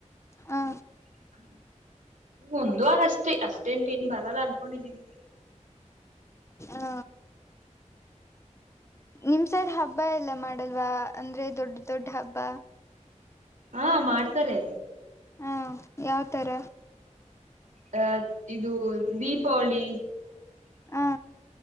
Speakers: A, on the left; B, on the right.
A: ಹಾ
B: <unintelligible> ಬರಲ್ಲ ಅನ್ಕೊಂಡಿದೀನಿ
A: ಅ ನಿಮ್ ಸೈಡ್ ಹಬ್ಬ ಎಲ್ಲಾ ಮಾಡಲ್ವಾ ಅಂದ್ರೆ ದೊಡ್ದ ದೊಡ್ದ ಹಬ್ಬ.
B: ಹಹ್ ಮಾಡ್ತಾರೆ
A: ಹ ಯಾವ್ತರ.
B: ಹಹ್ ಇದು ದೀಪಾವಳಿ
A: ಹ